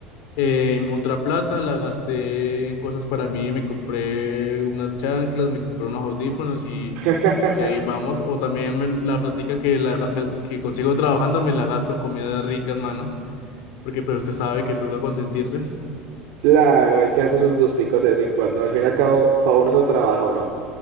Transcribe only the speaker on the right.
<laughs>
Claro, hay que hacer sus gusticos de vez en cuando. Al fin y al cabo, para uno es el trabajo, ¿no?